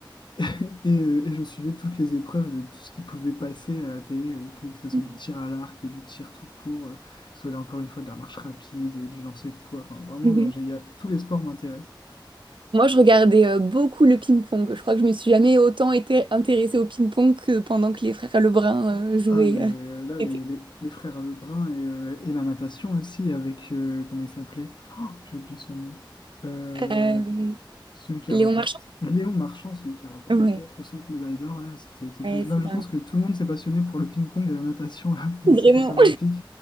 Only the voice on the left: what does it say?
<laughs> et, euh, et je suivais toutes les épreuves de tout ce qui pouvait passer à la télé, euh, que ce soit
du tir à l'arc, du tir tout court, euh, que ce soit là, encore une fois de la marche rapide, du lancer de poids, enfin vraiment,
non, j'ai- il y a- tous les sports m'intéressent.
Ah, mais euh,
là,
les, les, les frères Lebrun et, euh, et la natation aussi, avec, euh, comment il s'appelait? Oh, j'ai oublié son nom. Euh,
celui qui
a rapporté,
Léon Marchand, celui qui a rapporté
4 ou 5 médailles d'or, là, c'était exceptionnel.
Là,
je
pense que tout le monde s'est passionné pour le ping-pong et la natation, là, <laughs> pendant
ces Jeux Olympiques.